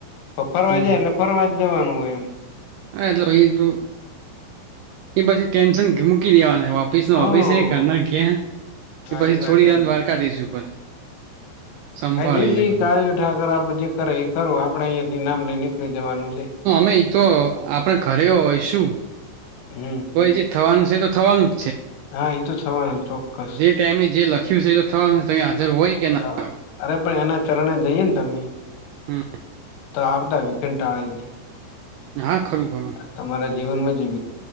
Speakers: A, on the left; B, on the right.
A: ફરવા
B: હમ
A: જાય એટલે ફરવા જવાનું હોય એમ
B: હા એટલે એ તો એ પછી ટેન્શન મૂકી દેવાના ઓફિસનો
A: હા
B: ઓફિસ <unintelligible>
A: હા
B: પછી
A: એ વાત
B: છોડી
A: એમ
B: <unintelligible> દ્વારકા <unintelligible> ઉપર સંભાળી
A: <unintelligible> આપડે
B: લે બધું
A: અહીયા થી નામ લઈ નીકળી જવાનું છે
B: ઈ તો આપણેે ઘરે હોય શું
A: હમ
B: તો એ જે થવાનું છે તો થવાનું
A: હા એ તો થવાનું ચોક્કસ
B: જે ટાઈમે જે લખ્યું છે એ તો થવાનું છે ત હાજર હોય કે
A: થવા
B: ના હોય
A: અરે પણ એના ચરણે જઈએ ને તમે
B: હમ
A: ત <unintelligible> ઘટાળીને
B: હા ખરું ખરું
A: તમારા જીવનમાં જ